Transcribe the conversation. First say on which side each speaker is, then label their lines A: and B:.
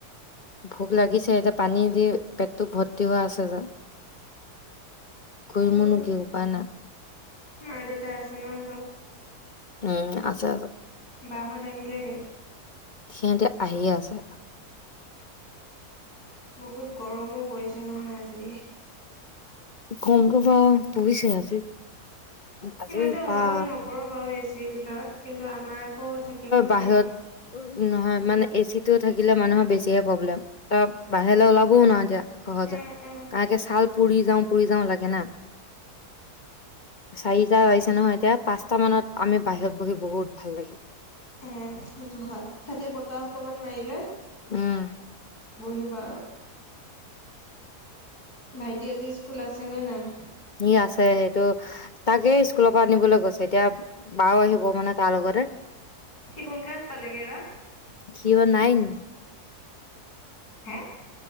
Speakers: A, on the left; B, on the left.
A: ভোক লাগিছে এতিয়া পানী দি পেকতটো ভৰ্ত তিও আছে যা কৰি
B: উম
A: মোৰনো কি উপায় নাই
B: মা দেউতা আছে ন চব
A: উম আছে আ
B: বাহত আহিলে নে
A: সিহঁতে আহিয়ে আছা
B: বহুত গৰমো পৰিছে নহয় আজি
A: কমটো প পইছে আজি আজি
B: ইমান এটা অনুভৱ
A: পৰা
B: নকৰো বাৰু এচিৰ ভিতৰত কিন্তু আমাৰ আক থাকিব নোৱাৰি
A: বাহিৰত নহয় মানে এচি টো থাকিলে মানুহৰ বেছিহে প্ৰব্লেম ত লাহে লে ওলাবও ন এতিয়া সহজত
B: উম উম
A: তাকে ছাল পুৰি যাওঁ পুৰি যাওঁ লাগে না চাৰিটা আহিছে নহয় এতিয়া পাঁচটা মানত আমি বাহিৰত বহি বহুত ভাল লাগিব
B: উম সেইটো হয় তাতে বতাহ অকমান মাৰিলে
A: উম
B: বহিবা আৰু ভাইটি আজি স্কুল আছে নে নাই
A: ই আছে সেইটো তাকে স্কুলৰ পৰা আনিবলৈ গৈছে এতিয়া বাও আহিব মানে তাৰ লগতে
B: সি কোন ক্লাছ পালেগে এইবাৰ
A: কি নাইন
B: হে